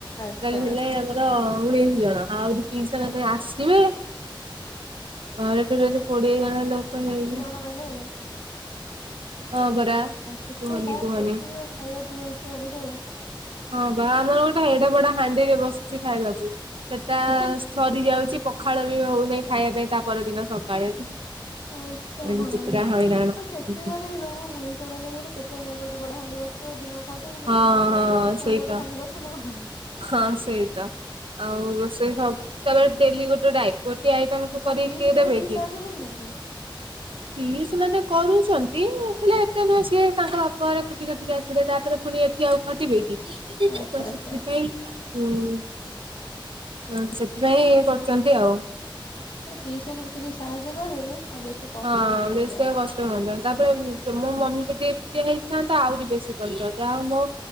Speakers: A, on the left; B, on the right.
A: ଆଚ୍ଛା
B: ଟା ହେଲେ ଆମର ଉଣେଇଶ ଜଣ ଆଉ। ପିସା ଯଦି
A: ଆଚ୍ଛା
B: ଆସିବେ ଘରେତ ଯଦି କୋଡିଏ ଜଣ ଲୋକ ହେଇଯି
A: ଆ ମାନେ
B: ହଁ ପରା
A: କେତେ
B: କୁହନି
A: କଣ
B: କୁହନି
A: କରୁଥିବେ? ଖାଇବା ପିଇବା ସରୁ ସବୁ
B: ହଁ ବା ଆମର ଗୋଟେ ଏଡେ ବଡ ହାଣ୍ଡିରେ ବସୁଛି ଖାଇବାକୁ ସେଟା
A: <inaudible>
B: ସରି ଯାଉଛି ପଖାଳ ବି ହଉନାହିଁ ଖାଇବା ପାଇଁ ତା ପରଦିନ ସକାଳେ।
A: ଆଚ୍ଛା
B: ଏମିତି
A: ହଁ ଆଉ
B: ପୁରା ହଇରାଣ
A: କେତେ
B: ହଁ
A: ଘରେ ସବୁ ଉଣେଇସି ଜଣ ହେଲେଣି କେତେ ବଡ ହାଣ୍ଡି ବସୁଥିବ। ସେ ଦିନ ଖାଉଥିବେ
B: ହଁ
A: ତା ପରଦିନ ପାଇଁ
B: ସେଇତ
A: ପୁଣି ଗୋଟେ ହାଣ୍ଡି ବସାଇ ଦେବ?
B: ହଁ ସେଇତ। ଆଉ ରୋଷେଇ ସବୁ ତମର ଡେଲି ଗୋଟେ ଟାଇମ୍। ଗୋଟିେ ଆଇଟମକୁୁ
A: ତମ
B: କରିକି
A: ପିଇସି
B: କିଏ
A: ମାନେ
B: ଦେବେ
A: କିଛି
B: କି?
A: ସାହାଯ୍ୟ କରୁନାହାନ୍ତି?
B: ପିଇସୀ ମାନେ କରୁଛନ୍ତି ହେଲେ ଏତେ ନୁହେଁ ସିଏ ତାଙ୍କ ବାପାଘରେ ଆସ ଥିଲେ ତାପରେ ପୁଣି ଏଠି ଆଉ ଖଟିବେ କି
A: ଆଚ୍ଛା
B: ତ
A: ଆଚ୍ଛା।
B: ସେଥିପାଇଁ ହୁଁ ସେଥିପାଇଁ କରୁଛନ୍ତି ଆଉ
A: ପିଇସୀ ମାନେ କିି ସାହାଯ୍ୟ କରିଦେବେ ଆଉ କଷ୍ଟ
B: ହଁ
A: ହୁଅନ୍ତାନି
B: ବେଶୀ
A: କାହାକୁ।
B: ଆଉ କଷ୍ଟ ତାପରେ ମୋ ମମି ଯଦି ଏକା ହେଇଥାନ୍ତାେ ଆହୁରି ବେଶୀ କରିଥା ଯାହା ହଉ ମୋ